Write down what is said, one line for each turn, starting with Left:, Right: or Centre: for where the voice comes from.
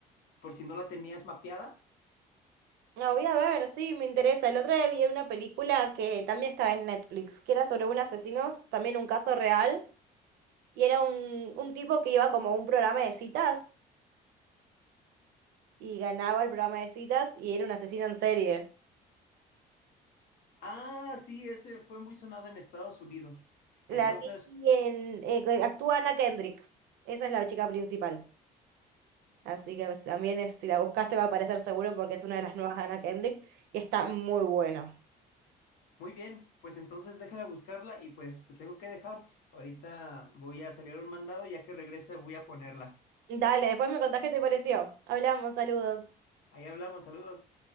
Left: por si no la tenías mapeada.
Right: La voy a ver, sí, me interesa. El otro día vi una película que también estaba en Netflix, que era sobre un asesino, también un caso real. Y era un, un tipo que iba como a un programa de citas y ganaba el programa de citas y era un asesino en serie.
Left: Ah, sí, ese fue muy sonado en Estados Unidos. Entonces,
Right: La vi en, eh, que actúa Anna Kendrick. Esa es la chica principal. Así que pues, también es, si la buscaste va a aparecer seguro porque es una de las nuevas de Anna Kendrick y está muy buena.
Left: muy bien, pues entonces deja de buscarla y pues te tengo que dejar. Ahorita voy a salir a un mandado, ya que regrese voy a ponerla.
Right: Dale, después me contás qué te pareció. Hablamos, saludos.
Left: Ahí hablamos, saludos.